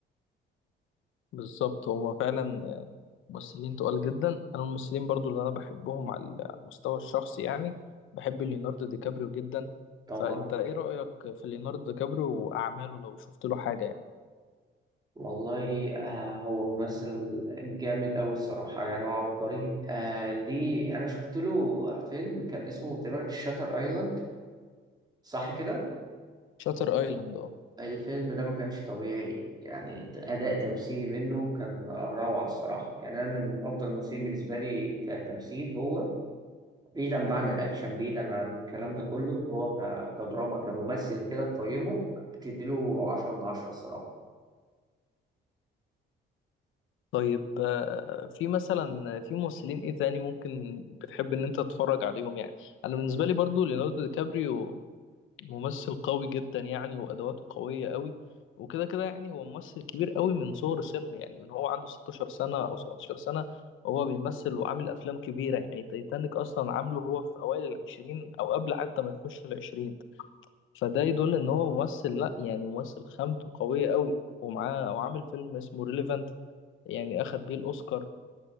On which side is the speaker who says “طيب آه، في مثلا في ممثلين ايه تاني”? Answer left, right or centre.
Left